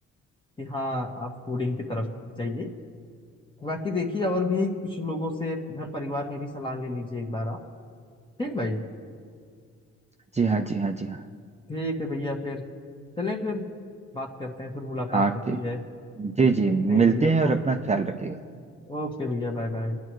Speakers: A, on the left (about 15°); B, on the right (about 20°).
A: कि हाँ आप फूडिंग की तरफ जाइए बाकी देखिए और भी कुछ लोगों से घर परिवार में भी सलाह ले लीजिए एक बार आप ठीक भाई
B: जी हाँ जी हाँ जी हाँ
A: ठीक है भैया फिर चलें फिर बात करते हैं फिर मुलाकात
B: हाँ
A: होती
B: ठीक
A: है
B: जी जी
A: ठीक
B: मिलते
A: है भैया
B: हैं और
A: ओ-
B: अपना ख्याल रखिएगा
A: ओके भैया बाय बाय